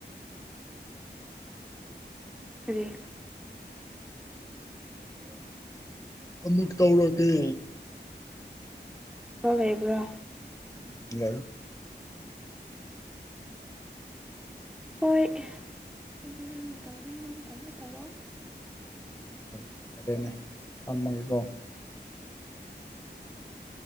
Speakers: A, in the centre; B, on the left.
A: ꯑꯗ
B: ꯑꯃꯨꯛ ꯇꯧꯔꯒꯦ
A: ꯂꯩꯕ꯭ꯔꯥ
B: ꯎꯝ ꯌꯥꯏ
A: ꯍꯣꯏ ꯍꯥꯏꯗꯤ ꯅꯪꯅ ꯇꯧꯅꯤꯡꯕ ꯃꯇꯝꯗ ꯇꯧꯔꯛꯑꯣ
B: ꯍꯣꯏ ꯍꯣꯏ ꯐꯔꯦꯅꯦ ꯊꯝꯃꯒꯦꯀꯣ ꯎꯝ